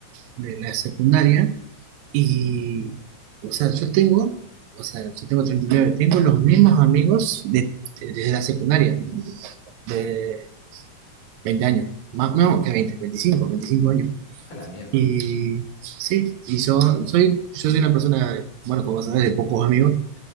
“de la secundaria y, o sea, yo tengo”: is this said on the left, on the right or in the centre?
Right